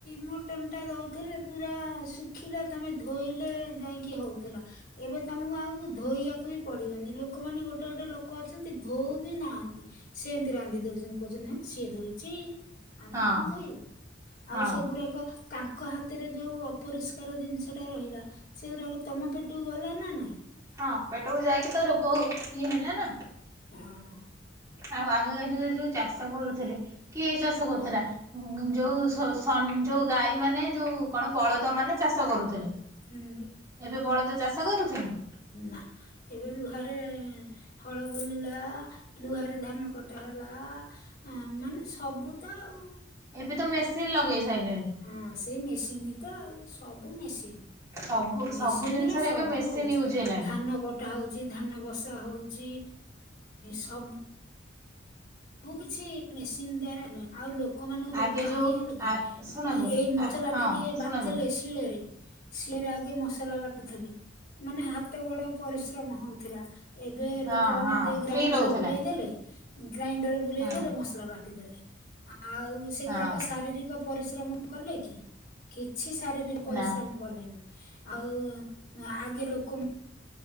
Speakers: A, on the left; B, on the right.
A: ମଟନ୍ ଟା ଦେଉଥିଲେ ପୁରା ଶୁଖିଲା, ତମେ ଧୋଇଲେ ଯାଇଁ କି ହଉଥିଲା? ଏବେ ତମକୁ ଆଉ ଧୋଇବାକୁ ବି ପଡିବନି ଲୋକମାନେ ଗୋଟେ ଗୋଟେ ଲୋକ ଅଛନ୍ତି ଧୋଉ ବି ନାହାନ୍ତି। ସେମିତି ରାନ୍ଧି ଦଉଛନ୍ତି କହୁଛନ୍ତି ହାଁ। ସିଏ ଧୋଇଛି ଆମେ
B: ହଁ
A: କଣ ଧୋଇବୁ ଆଉ
B: ହଁ
A: ସେଗୁଡାକ ତାଙ୍କ ତାଙ୍କ ହାତରେ ଯୋଉ ଅପରିଷ୍କାର ଜିନିଷଟା ରହିଲା, ସେଗୁଡାକ ତମ ପେଟକୁ ଗଲା ନା ନାଇଁ?
B: ହଁ ପେଟକୁ ଯାଇକି ତ ରୋଗ ଇଏ ହେଲା ନା।
A: ହଁ।
B: ଆଉ ଆଗକା ଯୁଗରେ ଯୋଉ ଚାଷ କରୁଥିଲେ, କିଏ ଚାଷ କରୁଥିଲା? ଯୋଉ ସ ଯୋଉ ଗାଈ ମାନେ ଯୋଉ କଣ ବଳଦ ମାନେ ଚାଷ କରୁଥିଲେ।
A: ହୁଁ
B: ଏବେ ବଳଦ ଚାଷ କରୁଛନ୍ତି?
A: ନାଁ। ଏବେ ଲୁହାରେ ହଳ ବୁଲିଲା, ଲୁହାରେ ଧାନ କଟା ହେଲା। ଆ ମାନେ ସବୁ ତ ଆଉ।
B: ଏବେ ତ ମେସିନ ଲଗେଇ ସାଇଲେଣି।
A: ହଁ ସେଇ ମେସିନ୍ ତ ଆଉ। ସବୁ ମେସିନ,
B: ସବୁ
A: ମେସିନରେ
B: ସବୁ ଜିନିଷରେ
A: ସବୁ
B: ଏବେ ମେସିନ
A: ହଉଛି
B: ୟୁଜ ହେଲାଣି
A: ଧାନ କଟ କଟା ହଉଛି ଧାନ ବସା ହଉଛି ସବୁ ସବୁ କିଛି ମେସିନ୍ ଦ୍ୱାରା ଆଉ ଲୋ ଲୋକମାନଙ୍କୁ ରୋଗ
B: ଆଗେ
A: କାହିଁକି
B: ଯୋଉ
A: ହେଲେ କି
B: ଆ ଶୁଣନ୍ତୁ
A: ଏଇ ମସଲା
B: ହଁ
A: ଟିକେ
B: ଶୁଣନ୍ତୁ
A: ବାଟିଦେଲେ। ଶୀଳରେ ସିଏରେ ଆଗେ ମସଲା ବାଟୁଥିଲେ ମାନେ ହା ହାତ ଗୋଡ଼ ପରିଶ୍ରମ ହଉଥିଲା ଏବେ
B: ହଁ
A: ଲୋକମାନେ
B: ହଁ
A: ଦେ ଗ୍ରାଇଣ୍ଡର
B: ଫ୍ରି ରହୁଥିଲା
A: ବୁଲେଇ ଦେଲେ। ଗ୍ରାଇଣ୍ଡର ବୁଲେଇ
B: ହଁ
A: ଦେଲେ ମସଲା ବାଟି ଦେଲେ ଆଉ ସେଗୁରାକ
B: ହଁ
A: ଶାରୀରିକ ପରିଶ୍ରମ କଲେ କି କିଛି ଶାରୀରିକ ପରିଶ୍ରମ
B: ନା
A: କଲେନି ଆଉ ଆଗେ ଲୋକ